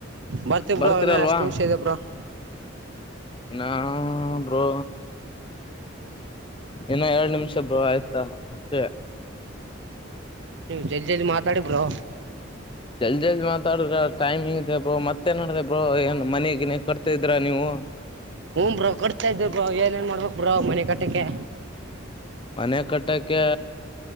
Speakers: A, on the right; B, on the left.
A: ಬರ್ತೇವ್ರೋ
B: ಬರ್ತೀರಲ್ವಾ
A: ಏನೋ ಎಷ್ಟ್ ನಿಮಿಷ ಇದೇಬ್ರ <inaudible>
B: ಇನ್ನ ಬ್ರೋ ಇನ್ನೂ ಎರಡ್ ನಿಮಿಷ ಬೋ ಆಯ್ತು ಅಷ್ಟೇ
A: ಜಲ್ಡ್ ಜಲ್ಡ್ ಮಾತಾಡು ಬ್ರೋ
B: ಜಲ್ದಿ ಜಲ್ದಿ ಮಾತಾಡ್ರ ಟೈಮಿಂಗ್ ಇದೆ ಬ್ರೋ ಮತ್ತೆ ನಡ್ದ ಬ್ರೋ ಏನ್ ಮನೆಗಿನ ಕಟ್ತಿದ್ರ ನೀವು
A: ಹಮ್ಬ್ರೋ ಕಟ್ತಾ ಇದ್ದರು ಬ್ರ ಏನ್ ನ್ ಮಾಡ್ಬೇಕು ಬ್ರೋ ಮನೆ ಕಟ್ಟಕ್ಕೆ
B: ಮನೆ ಕಟ್ಟೋಕ್ಕೆ